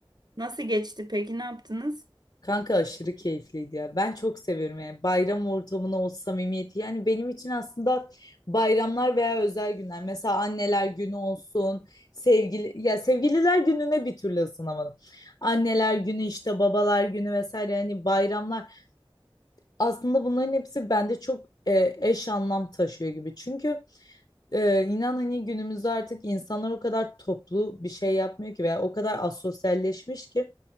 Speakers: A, on the right; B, on the left.
A: Nasıl geçti peki ne yaptınız?
B: Kanka aşırı keyifliydi ya. Ben çok seviyorum yani bayram ortamına o samimiyeti. Yani benim için aslında bayramlar veya özel günler. Mesela anneler günü olsun, sevgili ya sevgililer gününe bir türlü ısınamadım. Anneler günü işte babalar günü vesaire hani bayramlar aslında bunların hepsi bende çok e, eş anlam taşıyor gibi. Çünkü ee, inan hani günümüzde artık insanlar o kadar toplu bir şey yapmıyor ki veya o kadar asosyalleşmiş ki